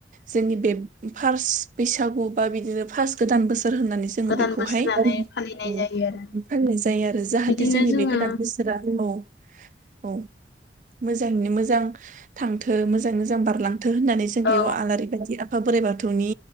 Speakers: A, on the right; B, on the left.
A: जोंनि बे फार्स बैसागु बा बिदिनो फार्स गोदान बोसो र होननानै जोङो
B: गोदान
A: बेखौहाय
B: बोसोर होननानै
A: फालिनाय
B: जायो आरो
A: जायो आरो जाहाथे
B: बिदिनो
A: जोंनि
B: जोङो
A: बे गोदान बोसोरा औ औ मोजाङैनो मोजां थांथों मोजाङै मोजां बारलां थो होननानै जों बेयाव
B: औ
A: आलारि बायदि आफा बोराइ बाथौनि